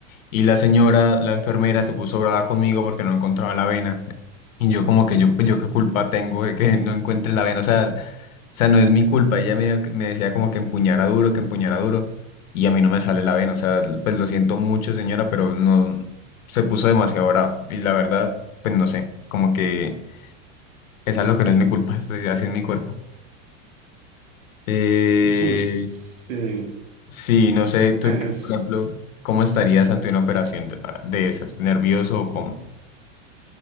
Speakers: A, on the left; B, on the right.
A: Y la señora, la enfermera, se puso brava conmigo porque no encontraba la vena. Y yo como que yo, pues, yo qué culpa tengo de que no encuentre la vena, o sea, o sea, no es mi culpa, ella me, me decía como que empuñara duro, que empuñara duro, y a mí no me sale la vena, o sea, pues lo siento mucho señora, pero no, se puso demasiado bravo, y la verdad, pues no sé, como que es algo que no es mi culpa, <laughs> es- decir así es mi cuerpo. Eh,
B: <laughs> Sí,
A: sí, no sé, tú,
B: es-
A: en qué- por ejemplo, ¿cómo estarías ante una operación de, de esas? ¿Nervioso o cómo?